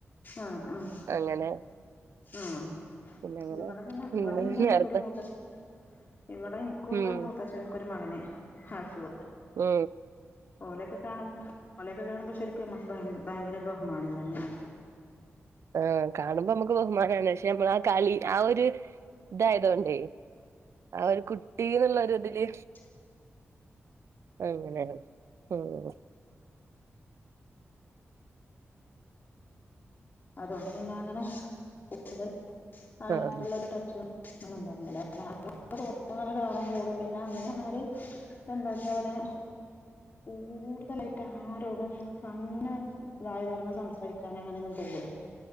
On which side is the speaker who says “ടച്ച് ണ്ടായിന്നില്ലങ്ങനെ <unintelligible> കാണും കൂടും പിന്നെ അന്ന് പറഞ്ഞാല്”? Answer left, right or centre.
Left